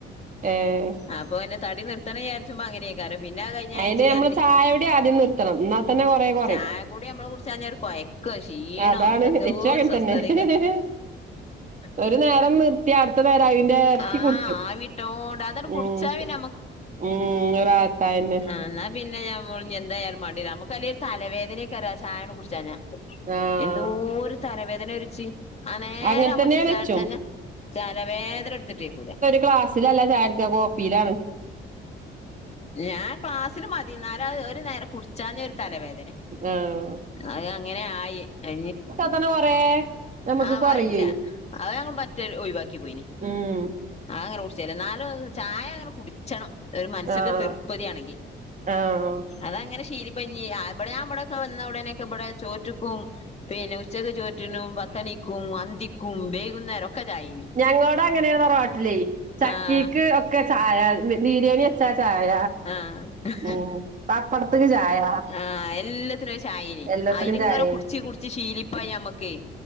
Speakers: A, on the right; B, on the left.
A: ഏഹ്
B: അപ്പോ പിന്നെ തടി നിർത്തണം ചുമ്മാ അങ്ങനെയൊക്കപറയും പിന്നെ കഴിഞ്ഞ
A: അയിന്
B: വിചാരിക്കും
A: നമ്മള് ചായോടി ആദ്യം നിർത്തണം എന്നാ തന്നെ കൊറേ കൊറയും
B: ചായ കുടി നമ്മൾ കുടിച്ചൻ കുഴക്കും ക്ഷീണം
A: അതാണ്
B: എന്തൊക്ക
A: ഇച്ചും അങ്ങൻ
B: സ്വസ്ഥത
A: തന്നെ
B: <unintelligible>
A: ഒരു നേരം നിർത്തിയ അടുത്ത നേരം അയിന്റെ
B: ആഹ്
A: കുടിച്ചു
B: ആവിട്ടോണ്ട് അതട്
A: ഉം
B: കുടിച്ചാ പിന്നെ
A: ഉം റാഹത്തന്നെ
B: ആ എന്നാ പിന്നെഞാൻ എന്തായാലും മണ്ടില്ല നമുക്ക് അല്ല ഒരു തലവേദനയക്കെ അ ചായനെ കുടിക്കാഞ്ഞാൽ ഞാ
A: ആഹ്
B: എന്തോരു തല വേദന വരും എനിക്ക് ആ നേരം
A: അങ്ങനെ
B: ആകുമ്പോൾ
A: തന്നെയാണ്
B: ഇച്ചിരി ചായ
A: ഇച്ചും
B: കുടിച്ചു കഴിഞ്ഞാൽ തലവേദന അങ്ങട് എടുക്കൂല
A: ക്ലാസ്സിലല്ല ചായ കുടിക്കാം കോപ്പയിൽ ആണ്
B: ഞാൻ ക്ലാസ്സിൽ മതി എന്നാല ഒരു നേര കുടിച്ചാഞ്ഞ ഒരു തലവേദന
A: ആഹ്
B: അത് അങ്ങനെ ആയി അ
A: ഇപ്പൊ തന്നെ കൊറേ നമുക്ക്
B: ആ
A: കൊറയുവേ
B: അതില്ല അത് ഞങ്ങൾ പറ്റ ഒഴിവാക്കി പോയിന്
A: ഉം
B: ആ അങ്ങനെ കുടിച്ചല്ലേ എന്നാലും ചായ അങ്ങനെ കു ക്കണം ഒരു മനസ്സിന്
A: ആഹ്
B: തീർപ്പതിയാണെങ്കിൽ
A: ആഹ്
B: അത അങ്ങനെ ശീലിപ്പനി ഇവിടെ ഞാൻ ഇവിടെയൊക്കെ വന്ന ഉടനെക്കെ ഇവിടെ ചോറ്റുക്കും പിന്നെ ഉച്ചക ചോറ്റിനും പത്തണിക്കും അന്തിക്കും വൈകുന്നേരം ക്ക ചായ
A: ഞങ്ങളോട അങ്ങനെയ തറവാട്ടില്ലേ ചക്കിക്ക്
B: ആഹ്
A: ഒക്കെ ചായ ബിരിയാണി ച ചായ
B: ആഹ
A: ഉം പപ്പടത്ത്ക്ക് ചായ
B: ആ എല്ലാത്തിനും ചായനി
A: എല്ലാത്തിനും
B: ആ ഇതിങ്ങന
A: ചായയാണ്
B: കുടി കുടിച്ച് കുടിച് ശീലിപ്പായി നമ്മക്ക്